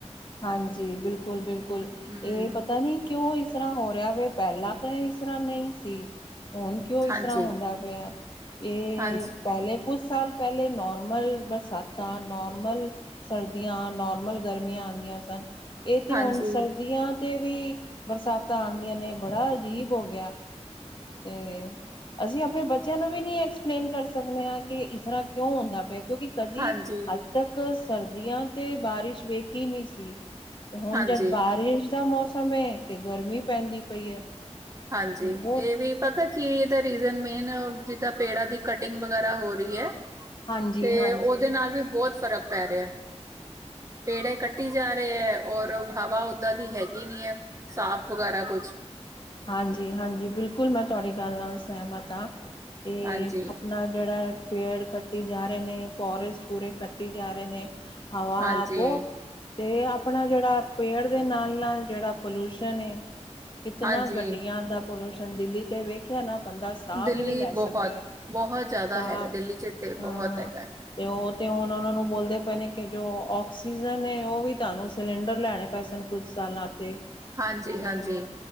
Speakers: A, on the left (about 45°); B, on the right (about 30°).
A: ਹਾਂਜੀ, ਬਿਲਕੁਲ-ਬਿਲਕੁਲ,
B: ਹੂੰ
A: ਇਹ ਪਤਾ ਨੀ ਕਿਉਂ ਇਸ ਇਸ ਤਰ੍ਹਾਂ ਹੋ ਰਿਹਾ ਵ', ਪਹਿਲਾਂ ਤਾਂ ਇਸ ਤਰ੍ਹਾਂ ਨਹੀਂ ਸੀ। ਹੁਣ ਕਿਉਂ ਇਸ
B: ਹਾਂਜੀ
A: ਤਰ੍ਹਾਂ ਹੁੰਦਾ ਪਿਆ, ਇਹ
B: ਹਾਂਜੀ
A: ਪਹਿਲੇ ਕੁਛ ਸਾਲ ਪਹਿਲੇ, ਨਾਰਮਲ ਬਰਸਾਤਾ, ਨਾਰਮਲ ਸਰਦੀਆਂ, ਨੋਰਮਲ ਗਰਮੀਆਂ ਆਉਂਦੀਆਂ ਸਨ। ਇਹ ਤੇ
B: ਹਾਂਜੀ
A: ਹੁਣ ਸਰਦੀਆਂ ਤੇ' ਵੀ ਬਰਸਾਤਾਂ ਆਉਂਦੀਆਂ ਨੇ, ਬੜਾ ਅਜੀਬ ਹੋ ਗਿਆ ਤੇ ਅਸੀਂ ਆਪਣੇ ਬੱਚਿਆਂ ਨੂੰ ਵੀ ਨਹੀਂ ਐਕਸਪਲੇਨ ਕਰ ਸਕਦੇ, ਹਾਂ ਕਿ ਇਸ ਤਰ੍ਹਾਂ ਕਿਉਂ ਹੁੰਦਾ ਪਿਆ ਕਿਉਂਕਿ ਕਦੀ
B: ਹਾਂਜੀ
A: ਅੱਜ ਤੱਕ, ਸਰਦੀਆਂ ਤੇ ਬਾਰਿਸ਼ ਵੇਖ ਹੀ ਨਹੀਂ ਸੀ। ਤੇ ਹੁਣ
B: ਹਾਂਜੀ
A: ਜਦ ਬਾਰਿਸ਼ ਦਾ ਮੌਸਮ ਏ, ਤੇ ਗਰਮੀ ਪੈਂਦੀ ਪਈ ਹੈ।
B: ਹਾਂਜੀ,
A: ਬਹੁਤ
B: ਇਹ ਵੀ ਪਤਾ ਕੀ ਇਹਦਾ ਰੀਜ਼ਨ ਮੇਨ, ਜਿਦਾਂ ਪੇੜਾਂ ਦੀ ਕਟਿੰਗ ਵਗੈਰਾ ਹੋ ਰਹੀ ਹੈ
A: ਹਾਂਜੀ
B: ਤੇ'
A: ਹਾਂਜੀ
B: ਉਹਦੇ ਨਾਲ ਵੀ, ਬਹੁਤ ਫ਼ਰਕ ਪੈ ਰਿਹਾ ਪੇੜੇ ਕੱਟੀ ਜਾ ਰਹੇ ਹੈ, ਔਰ ਹਵਾ ਓਦਾਂ ਦੀ ਹੈਗੀ ਨੀ ਹੈ ਸਾਫ਼ ਵਗੈਰਾ ਕੁੱਛ
A: ਹਾਂਜੀ-ਹਾਂਜੀ, ਬਿਲਕੁਲ ਮੈਂ ਤੁਹਾਡੀ ਗੱਲ ਨਾਲ ਸਹਿਮਤ ਆ। ਏ
B: ਹਾਂਜੀ
A: ਆਪਣਾ ਜੇੜਾ ਯਾ ਪੇੜ ਕੱਟੀ ਜਾ ਰਹੇ ਨੇ, ਫੋਰਸਟ ਪੂਰੇ ਕੱਟੀ ਜਾ ਰਹੇ ਨੇ, ਹਵਾ
B: ਹਾਂਜੀ
A: ਬੋਤ ਤੇ ਆਪਣਾ ਜੇੜਾ ਪੇੜ ਦੇ ਨਾਲ-ਨਾਲ ਜੇੜਾ ਪੋਲਿਊਸ਼ਨ ਏ ਇਤਨਾਂ
B: ਹਾਂਜੀ
A: ਗੱਡੀਆਂ ਦਾ ਪੋਲਿਊਸ਼ਨ ਦਿੱਲੀ ਤੇ ਵੇਖ ਯਾਂ ਨਾ ਬੰਦਾ ਸਾਹ
B: ਦਿੱਲੀ
A: ਵੀ ਨੀ ਲੈ
B: ਬਹੁਤ
A: ਸਕ ਰੇਹਾ
B: ਬਹੁਤ ਜ਼ਿਆਦਾ
A: ਸਾਹ
B: ਹੈਗਾ ਦਿੱਲੀ ਚ ਤੇ
A: ਹਾਂ
B: ਬਹੁਤ ਹੈਗਾ
A: ਤੇ ਓ ਤੇ ਹੁਣ ਓਨਾਂ ਨੂੰ ਬੋਲਦੇ ਪਏ ਨੇ ਕਿ ਜੋ ਆਕਸੀਜਨ ਨੇ ਓਵੀ ਤਾਨੂੰ ਸਿਲੰਡਰ ਲੈਣੇ ਪੈ ਸਨ ਕੁਛ ਸਾਲਾਂ ਤੇ,
B: ਹਾਂਜੀ
A: ਤੇ
B: ਹਾਂਜੀ